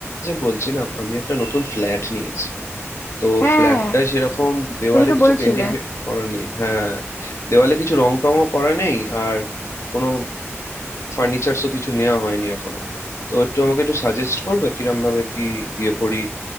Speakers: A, on the left; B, on the left.
A: যে বলছিলাম আমি একটা নতুন ফ্ল্যাট নিয়েছি তো
B: হ্যাঁ
A: ফ্ল্যাটটা
B: হ্যাঁ, হ্যাঁ।
A: সেরকম দেওয়ালে
B: তুমি তো
A: কিছু
B: বলছিলে
A: পেন্টিং করা নেই হ্যাঁ দেওয়ালে কিছু রং টংও করা নেই আর কোনো ফার্নিচারসও কিছু নেওয়া হয়নি এখনো তো একটু আমাকে একটু সাজেস্ট করবে কিরম ভাবে কি ইয়ে করি